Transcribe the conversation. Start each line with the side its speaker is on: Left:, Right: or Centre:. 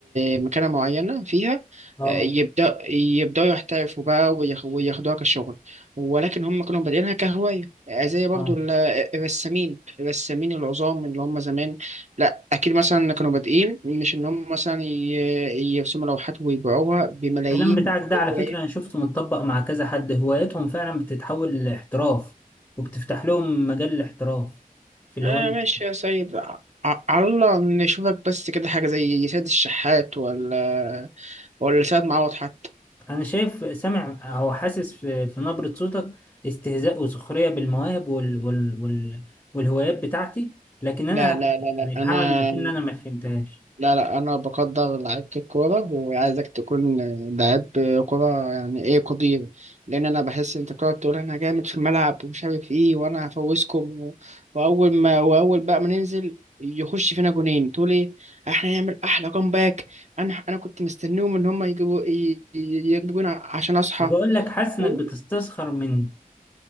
Right: لمكانة معينة فيها
Left: اه
Right: آه، يبدأ يبدأوا يحترفوا بقى وياخ- وياخدوها كشغل ولكن هم كانوا بادئينها كهواية آه، زي برضو
Left: اه
Right: ال- الرسامين الرسامين العظام اللي هم زمان لا أكيد مثلا كانوا بادئين مش إن هم مثلا ي- يرسموا لوحات ويبيعوها بملايين
Left: الكلام بتاعك ده
Right: البلايين
Left: على فكرة انا شفته متطبق مع كذا حد هوايتهم فعلا بتتحول لاحتراف وبتفتح لهم مجال الاحتراف في الهواية
Right: آه ماشي يا سيد ع- على الله نشوفك بس كده حاجة زي سيد الشحات ولا ولا سيد معوض حتى
Left: انا شايف سامع او حاسس في, في نبرة صوتك استهزاء وسخرية بالمواهب وال وال وال والهوايات بتاعتي لكن انا
Right: لا لا لا
Left: يعني
Right: لا
Left: هعمل
Right: انا
Left: اكن انا ما فهمتهاش
Right: لا لا انا بقدر لعيبة الكورة وعايزك تكون لعيب كورة يعني ايه قدير لان انا بحس انت بتقعد تقول انا جامد في الملعب ومش عارف ايه وانا هفوزكم واول ما واول بقى ما ننزل يخش فينا جونين تقول ايه احنا هنعمل احلى باك انا انا كنت مستنيهم ان هم يجيبوا ي- ي- يجيبوا جون عشان اصحى
Left: مش بقول لك حاسس انك
Right: <laughs>
Left: بتستسخر مني